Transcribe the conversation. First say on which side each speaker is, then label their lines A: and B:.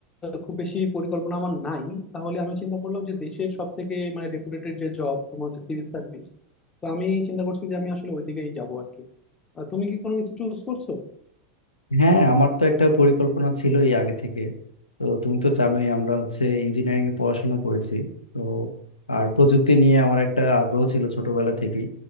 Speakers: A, on the left; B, on the left.
A: খুব বেশি পরিকল্পনা আমার নাই তাহলে আমি চিন্তা করলাম যে দেশের সব থেকে মানে রেপুটেটেড যে জব তোমার হচ্ছে সিভিল সার্ভিস তো আমি চিন্তা করছি যে আমি আসলে ওইদিকেই যাবো আর কি আহ, তুমি কি কোনো কিছু চুজ করছো
B: হ্যাঁ আমার তো একটা পরিকল্পনা ছিল এই আগে থেকে তো তুমি তো জানোই আমরা হচ্ছে ইঞ্জিনিয়ারিং এ পড়াশোনা করেছি তো আর প্রযুক্তি নিয়ে আমার একটা আগ্রহ ছিল ছোটবেলা থেকেই